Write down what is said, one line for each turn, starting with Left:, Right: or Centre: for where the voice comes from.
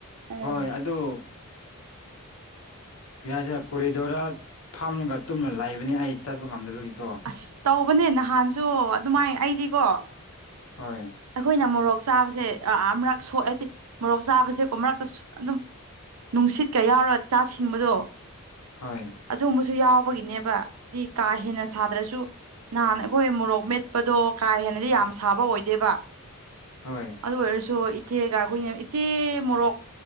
Right: ꯎꯝ
Left: ꯍꯣꯏ ꯑꯗꯨ ꯀꯁꯤꯔ ꯀꯣꯔꯤꯗꯣꯔ ꯐꯝꯂꯒ ꯇꯨꯝꯅ ꯂꯩꯕꯅꯤ ꯑꯩ ꯆꯠꯄ ꯉꯝꯗꯕꯒꯤꯀꯣ꯫
Right: ꯑꯁ ꯇꯧꯕꯅꯦ ꯅꯍꯥꯟꯁꯨ ꯑꯗꯨꯃꯥꯏ ꯑꯩꯗꯤꯀꯣ
Left: ꯍꯣꯏ
Right: ꯑꯩꯈꯣꯏꯅ ꯃꯣꯔꯣꯛ ꯆꯥꯕꯁꯦ ꯑ ꯃꯔꯛ ꯁꯣꯛꯑꯗꯤ ꯃꯣꯔꯣꯛ ꯆꯥꯕꯁꯦꯀꯣ ꯃꯔꯛꯇ ꯑꯗꯨꯝ ꯅꯨꯡꯁꯤꯠꯀ ꯌꯥꯎꯔꯣ ꯆꯥ ꯁꯤꯡꯕꯗꯣ
Left: ꯍꯣꯏ
Right: ꯑꯗꯨꯝꯕꯁꯨ ꯌꯥꯎꯕꯒꯤꯅꯦꯕ ꯗꯤ ꯀꯥ ꯍꯦꯟꯅ ꯁꯥꯗ꯭ꯔꯁꯨ ꯅꯍꯥꯟ ꯑꯩꯈꯣꯏ ꯃꯣꯔꯣꯛ ꯃꯦꯠꯄꯗꯣ ꯀꯥ ꯍꯦꯟꯅꯗꯤ ꯌꯥꯝ ꯁꯥꯕ ꯑꯣꯏꯗꯦꯕ
Left: ꯍꯣꯏ
Right: ꯑꯗꯨ ꯑꯣꯏꯔꯁꯨ ꯏꯆꯦꯒ ꯈꯣꯏꯅ ꯏꯆꯦ ꯃꯣꯔꯣꯛ